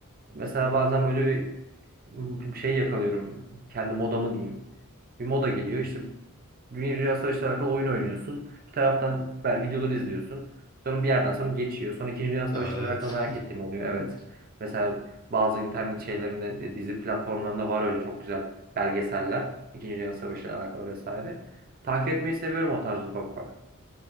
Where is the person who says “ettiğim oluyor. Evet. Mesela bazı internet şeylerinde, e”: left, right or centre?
Right